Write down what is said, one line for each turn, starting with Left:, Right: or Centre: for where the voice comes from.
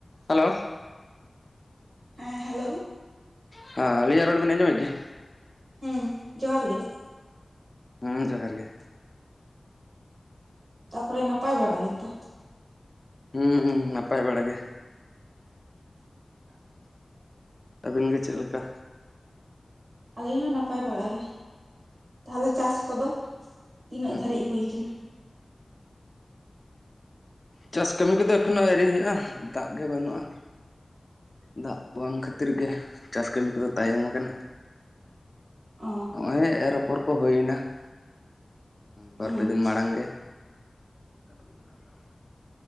Left: Hello
Right: ᱦᱮᱸ hello
Left: ᱦᱮᱸ ᱟᱹᱞᱤᱧᱟᱜ ᱨᱚᱲ ᱵᱤᱱ ᱟᱸᱡᱚᱢᱮᱫ ᱜᱮᱭᱟ?
Right: ᱦᱩᱸ ᱡᱚᱦᱟᱨ ᱜᱮ᱾
Left: ᱦᱩᱸ ᱡᱚᱦᱟᱨ ᱜᱮ᱾
Right: ᱛᱟᱯᱚᱨᱮ ᱱᱟᱯᱟᱭ ᱵᱟᱲᱟ ᱜᱮᱛᱚ᱾
Left: ᱦᱩᱸᱻ ᱱᱟᱯᱟᱭ ᱵᱟᱲᱟ ᱜᱮ᱾
Right: <inaudible>
Left: ᱟᱹᱵᱤᱱ ᱜᱮ ᱪᱮᱜ ᱞᱮᱠᱟ?
Right: ᱟᱹᱞᱤᱧ ᱦᱚᱸ ᱱᱟᱯᱟᱭ ᱵᱟᱲᱟ ᱜᱮ, ᱛᱟᱦᱞᱮ ᱪᱟᱥ ᱠᱚᱫᱚ ᱛᱤᱱᱟᱹᱜ
Left: ᱦᱩᱸ
Right: ᱫᱷᱟᱹᱨᱤᱡ ᱦᱩᱭ ᱠᱟᱱᱟ?
Left: ᱪᱟᱥ ᱠᱟᱹᱢᱤ ᱠᱚᱫᱚ ᱮᱠᱷᱚᱱᱳ ᱟᱣᱨᱤ ᱦᱩᱭᱩᱜ-ᱟ, ᱫᱟᱜ ᱜᱮ ᱵᱟᱹᱱᱩᱜ-ᱟ᱾ ᱫᱟᱜ ᱵᱟᱝ ᱠᱷᱟᱹᱛᱤᱨ ᱜᱮ, ᱪᱟᱥ ᱠᱟᱹᱢᱤ ᱠᱚᱫᱚ ᱛᱟᱭᱚᱢ ᱟᱠᱟᱱᱟ᱾
Right: ᱚ
Left: ᱦᱚᱸᱜ-ᱚᱭ ᱮᱨ ᱟᱯᱚᱨ ᱠᱚ ᱦᱩᱭᱱᱟ ᱵᱟᱨ
Right: ᱟᱪᱪᱷᱟ
Left: ᱯᱮ ᱫᱤᱱ ᱢᱟᱲᱟᱝ ᱜᱮ᱾ <inaudible>